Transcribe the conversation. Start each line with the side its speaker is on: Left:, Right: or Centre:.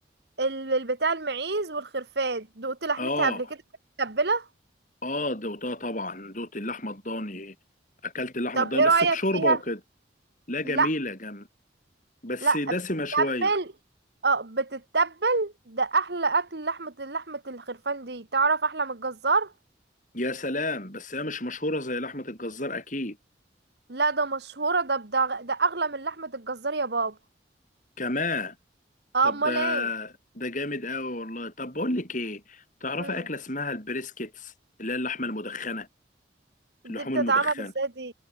Right: ال- ال- بتاع المعيز والخرفان دقت لحمتها
Left: اه
Right: قبل كده متبلة
Left: اه دوتها طبعا دوت اللحمة الضاني اكلت اللحمة
Right: طب
Left: الضاني
Right: ايه رأيك
Left: بس بشوربة
Right: فيها
Left: وكده لا جميلة
Right: لا
Left: جم بس
Right: لا
Left: دسمة
Right: بتتبل
Left: شوية
Right: اه بتتبل ده احلى اكل لحمة لحمة الخرفان دي تعرف احلى من الجزار
Left: يا سلام بس هي مش مشهورة زي لحمة الجزار أكيد
Right: لا ده مشهورة ده بدا ده أغلى من لحمة الجزار يا بابا
Left: كمان
Right: آه،
Left: طب
Right: أمال
Left: ده
Right: ايه
Left: ده جامد أوي والله طب بقول لك إيه تعرفي
Right: مم.
Left: أكلة اسمها البريسكيتس اللي هي اللحمة المدخنة اللحوم
Right: دي بتتعمل
Left: المدخنة
Right: ازاي دي